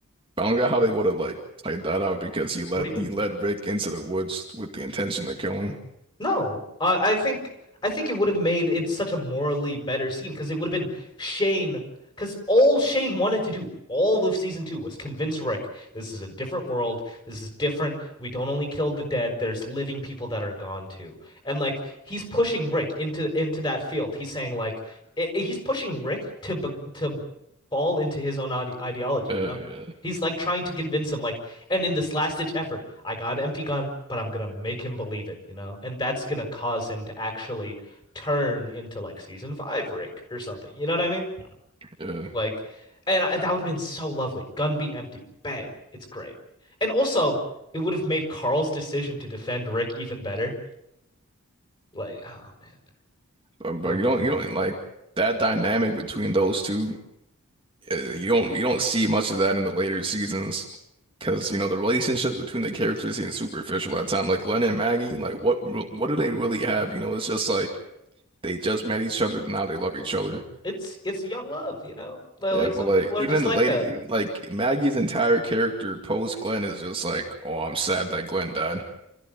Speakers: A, on the right (about 25°); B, on the left (about 20°).
A: but I don't get how they would have like played that out because he led
B: What do you mean?
A: he led Rick into the woods with the intention to kill him.
B: No, uh, I think I think it would have made it such a morally better scene because it would have been Shane, because all Shane wanted to do all of season two was convince Rick this is a different world. This is different. We don't only kill the dead. There's living people that are gone too, and like he's pushing Rick into into that field. He's saying like i he's pushing Rick to be- to fall into his own ide ideology.
A: Yeah,
B: You know,
A: yeah,
B: he's like trying to convince him like and in this last ditch effort, I got an empty gun, but I'm gonna make him believe it, you know? And that's gonna cause him to actually turn into like season five Rick or something. You know what I mean?
A: yeah.
B: Like, and I, that would have been so lovely. Gun be empty. Bang. It's great. And also, it would have made Carl's decision to defend Rick even better. Like, oh man,
A: But, but
B: that would
A: you
B: have been
A: don't
B: great.
A: you don't like that dynamic between those two. uh, you don't you don't see much of that in the later seasons because you know the relationship between the characters seems superficial at time. Like Glenn and Maggie, like what re- what do they really have? You know, it's just like they just met each other, now they love each other.
B: It's it's young love, you know? Like
A: Yeah,
B: like some
A: but like
B: people
A: even
B: are just
A: in
B: like
A: the later,
B: that.
A: even like Maggie's entire character post Glenn is just like, oh, I'm sad that Glenn died.